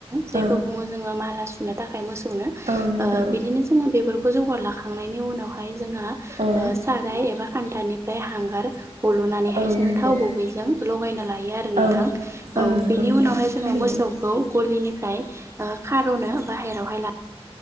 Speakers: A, on the right (about 25°); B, on the right (about 80°).
A: जायखौ
B: औ
A: बुङो जोङो माला सुनो थाखाय मोसौनो
B: औ नंगौ
A: ओ बिदिनो जोङो बेफोरखौ जौगार लाखांनायनि उनावहाय जोंहा
B: औ
A: ओ साराय एबा खान्थानिफ्राय हांगार हल'नानैहाय
B: औ
A: जोङो
B: नंगौ
A: थाव गुबैजों लगायना ला यो आरो नोंथां
B: औ
A: औ
B: नंगौ
A: बेनि
B: नोंथां
A: उनावहाय
B: थारैनो
A: जोङो मोसौ खौ गलिनिफ्राय ओ खार'नो बाहेरावहाय ला